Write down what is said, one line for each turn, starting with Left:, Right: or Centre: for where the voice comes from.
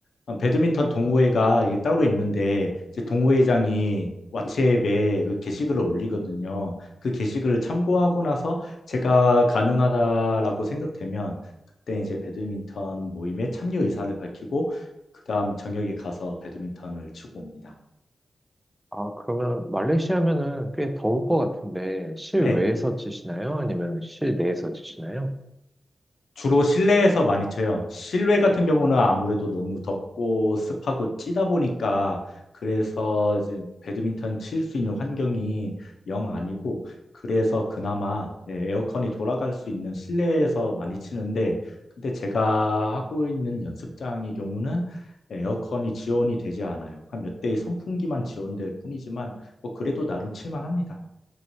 Left: 아, 배드민턴 동호회가 이게 따로 있는데 이제 동호회장이 왓츠앱에 그 게시글을 올리거든요. 그 게시글을 참고하고 나서 제가 가능하다라고 생각되면 그때 이제 배드민턴 모임에 참여 의사를 밝히고 그다음 저녁에 가서 배드민턴을 치고 옵니다.
Centre: 아, 그러면 말레이시아면은 꽤 더울 것 같은데 실외에서
Left: 네.
Centre: 치시나요? 아니면 실내에서 치시나요?
Left: 주로 실내에서 많이 쳐요. 실외 같은 경우는 아무래도 너무 덥고 습하고 찌다 보니까 그래서 이제 배드민턴 칠 수 있는 환경이 영 아니고 그래서 그나마 예, 에어컨이 돌아갈 수 있는 실내에서 많이 치는데 근데 제가 하고 있는 연습장의 경우는 에어컨이 지원이 되지 않아요. 한 몇 대의 선풍기만 지원될 뿐이지만 뭐 그래도 나름 칠만합니다.